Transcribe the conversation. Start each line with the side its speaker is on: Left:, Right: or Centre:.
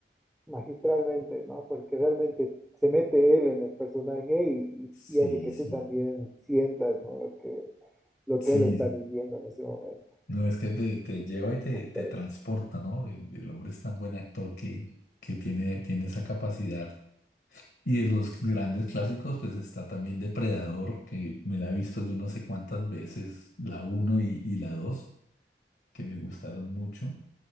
Centre: magistralmente, ¿no? Porque realmente se mete él en el personaje y,
Left: Sí,
Centre: y hace que
Left: sí.
Centre: tú también sientas, ¿no? Lo que lo
Left: Sí,
Centre: que él está viviendo en ese momento.
Left: no es que te, te lleva y te,
Centre: ¿no?
Left: te
Centre: Por
Left: transporta,
Centre: eso.
Left: ¿no? El el hombre es tan buen actor que, que tiene, tiene esa capacidad Y de los grandes clásicos, pues está también Depredador, que me la he visto yo no sé cuántas veces, la uno y, y la 2 que me gustaron mucho.